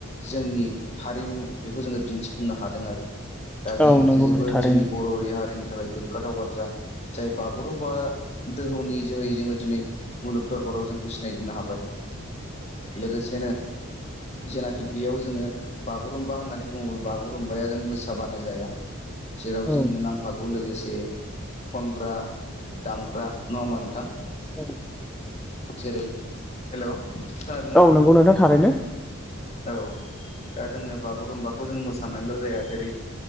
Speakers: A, on the left; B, in the centre.
A: जोंनि हारिमु बेखौ जोङो दिन्थिफुंनो हादों आरो दा बेयो
B: औ
A: मोनसे
B: नंगौ
A: जोबोद
B: नोंथां थारैनो
A: जोंनि बर' हारिनि थाखाय गोग्गाथाव बाथ्रा जाय बागुरुम्बा दोहौनि जोहै जोङो दिनै मुलुग दरबार राव जोंखौ सिनायजोबनो हाबाय लोगोसेनो जेनाखि बेयाव जोङो बागुरुम्बा होननानै बुङोब्ला बागुरुम्बाया जों मोसाबानो जाया जेराव जोंनो
B: औ
A: नांफागौ लोगोसे खनग्रा दामग्रा नङा होमबा नोंथां?
B: औ
A: जेरै हेल' खोनादों ना नोंथाङा?
B: औ नंगौ नोंथां थारैनो
A: औ दा जोंनो बागुरुम्बाखौ जों मोसानायल' जाया जेरै